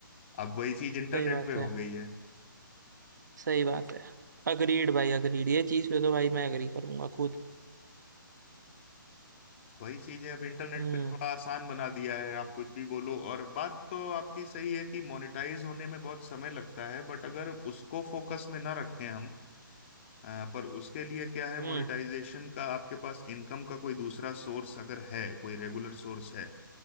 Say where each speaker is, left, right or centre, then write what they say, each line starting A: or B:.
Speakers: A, on the left; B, on the right.
A: अब वही चीज इंटरनेट
B: सही बात
A: पे हो
B: है
A: गई है
B: सही बात है अग्रीड भाई अग्रीड ये चीज पे तो भाई मैं अग्री करूंगा खुद
A: वही चीजें अब इंटरनेट
B: हम्म
A: पे थोड़ा आसान बना दिया है आप कुछ भी बोलो और बात तो आपकी सही है कि मोनेटाइज होने में बहुत समय लगता है बट अगर उसको फोकस में ना रखें हम अ, पर उसके लिए क्या है मोनेटाइजेशन
B: हम्म
A: का आपके पास इनकम का कोई दूसरा सोर्स अगर है कोई रेगुलर सोर्स है